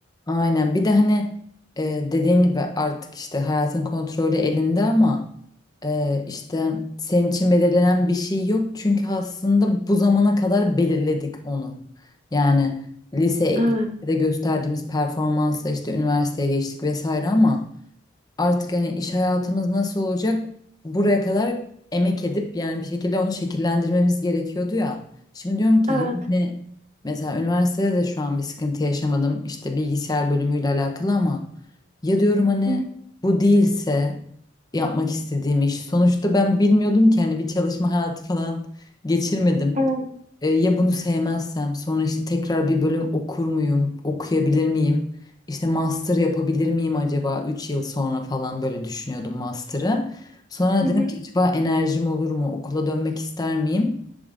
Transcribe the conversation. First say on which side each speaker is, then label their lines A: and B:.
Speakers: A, on the left; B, on the right.
A: aynen bir de hani e, dediğin gibi artık işte hayatın kontrolü elinde ama Ee, işte senin için belirlenen bir şey yok çünkü aslında bu zamana kadar belirledik onu. Yani lisede
B: Evet.
A: gösterdiğimiz performansa işte üniversiteye geçtik vesaire ama artık hani iş hayatımız nasıl olacak buraya kadar emek edip yani bir şekilde onu şekillendirmemiz gerekiyordu ya. Şimdi diyorum ki
B: Evet.
A: yine mesela üniversitede de şu an bir sıkıntı yaşamadım işte bilgisayar bölümüyle alakalı ama ya diyorum hani
B: Hı hı.
A: bu değilse yapmak istediğim iş sonuçta ben bilmiyordum ki hani bir çalışma hayatı falan geçirmedim.
B: Evet.
A: E, ya bunu sevmezsem sonra işte tekrar bir bölüm okur muyum, okuyabilir miyim? İşte master yapabilir miyim acaba 3 yıl sonra falan böyle düşünüyordum master'ı. Sonra
B: Hı
A: dedim
B: hı.
A: ki acaba enerjim olur mu? Okula dönmek ister miyim?